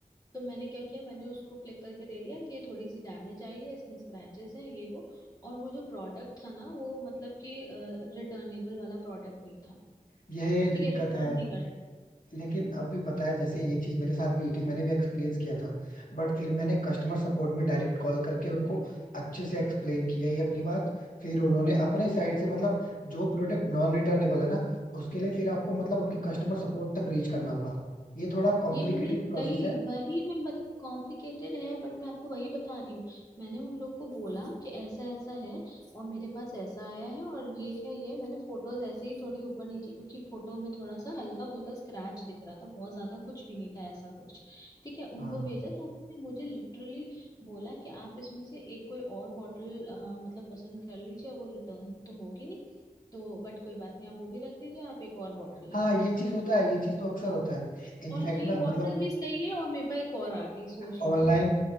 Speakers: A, on the left; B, on the left.
A: तो मैंने क्या किया मैंने उसको क्लिक करके दे दिया कि ये थोड़ी सी डैमेज आई है इसमें स्क्रैचेस हैं ये वो और वो जो प्रोडक्ट था ना वो मतलब कि रिटर्नेबल वाला प्रोडक्ट नहीं था
B: यह
A: ठीक
B: दिक्कत
A: है रिटर्न
B: है
A: नहीं कर
B: लेकिन अब भी पता है जैसे ये चीज मेरे साथ भी हुई थी मैंने भी एक्सपीरियंस किया था बट फिर मैंने कस्टमर सपोर्ट में डायरेक्ट कॉल करके उनको अच्छे से एक्सप्लेन किया ये अपनी बात फिर उन्होंने अपने साइड से मतलब जो प्रोडक्ट नॉन रिटर्नेबल है ना उसके लिए फिर आपको मतलब उनके कस्टमर सपोर्ट तक रीच करना होगा ये थोड़ा कॉम्प्लिकेटेड
A: ये मैंने
B: प्रोसेस
A: वही
B: है
A: वही मैं बता कॉम्प्लिकेटेड है बट मैं आपको वही बता रही हूँ मैंने उन लोग को बोला कि ऐसा ऐसा है और मेरे पास ऐसा आया है और ये है ये मैंने फोटोज ऐसे ही थोड़ी ऊपर नीचे क्योंकि फोटो में थोड़ा सा हल्का फुल्का स्क्रैच दिख रहा था बहुत ज्यादा कुछ भी नहीं था ऐसा कुछ ठीक है
B: हाँ
A: उनको भेजा तो उसने मुझे लिटरली बोला कि आप इसमें से एक कोई और बॉटल मतलब पसंद कर लीजिए वो रिटर्न तो होगी नहीं तो बट कोई बात नहीं आप वो भी रख लीजिए आप एक और बॉटल ले
B: हाँ
A: लीजिए
B: ये चीज होता है ये चीज तो अक्सर होता है इनफैक्ट
A: और ये
B: ना मतलब
A: बॉटल भी सही है और मेरे पास एक और आ गई सोच
B: ऑनलाइन
A: लो